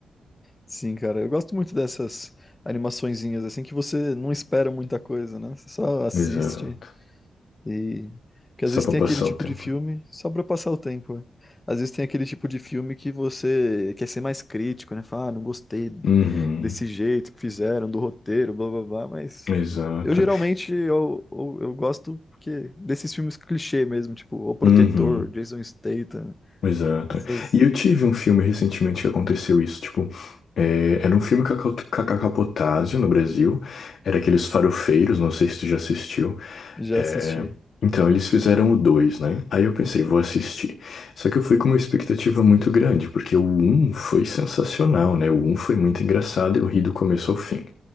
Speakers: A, on the left (about 15°); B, on the left (about 55°).
A: Sim, cara, eu gosto muito dessas animaçõezinhas assim que você não espera muita coisa, né? Você só assiste
B: Exato.
A: e porque
B: Só
A: às vezes
B: pra
A: tem
B: passar
A: aquele tipo
B: o tempo.
A: de filme só pra passar o tempo. né? Às vezes tem aquele tipo de filme que você quer ser mais crítico, né? Fala, ah, não gostei
B: Uhum,
A: desse jeito que fizeram, do roteiro, blá blá blá, mas
B: exato.
A: eu geralmente eu, eu, eu gosto porque desses filmes clichê mesmo, tipo O Protetor,
B: Uhum.
A: Jason Statham,
B: Exato.
A: essas
B: E eu tive um filme recentemente que aconteceu isso, tipo, é, era um filme com a Cal- com a Cacá Potásio no Brasil, era aqueles farofeiros, não sei se tu já assistiu.
A: já
B: É,
A: assisti.
B: então, eles fizeram o 2 né? Aí eu pensei, vou assistir. Só que eu fui com uma expectativa muito grande, porque o um foi sensacional, né? O um foi muito engraçado, eu ri do começo ao fim.